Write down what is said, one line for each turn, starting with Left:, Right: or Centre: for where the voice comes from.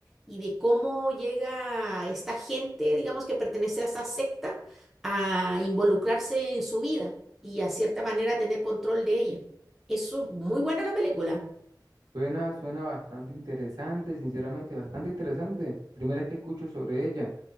Centre: y de cómo llega esta gente, digamos que pertenece a esa secta, a involucrarse en su vida y a cierta manera tener control de ella. Es muy buena la película.
Right: Suena, suena bastante interesante, sinceramente, bastante interesante. Primera vez que escucho sobre ella.